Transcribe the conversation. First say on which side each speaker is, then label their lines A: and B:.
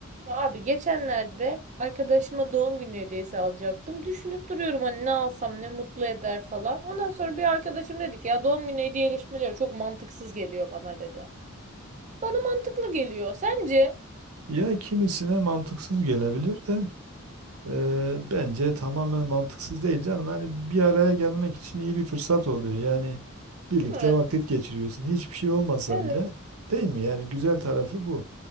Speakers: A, on the right; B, on the right.
A: Ya abi geçenlerde arkadaşıma doğum günü hediyesi alacaktım. Düşünüp duruyorum hani ne alsam ne mutlu eder falan. Ondan sonra bir arkadaşım dedi ki ya doğum günü hediyeleşmeleri çok mantıksız geliyor bana dedi. Bana mantıklı geliyor. Sence?
B: Ya kimisine mantıksız gelebilir de eee, bence tamamen mantıksız değil canım. Hani bir araya gelmek için iyi bir fırsat oluyor. Yani birlikte
A: Değil mi?
B: vakit geçiriyorsun. Hiçbir şey olmasa
A: Evet.
B: bile değil mi? Yani güzel tarafı bu.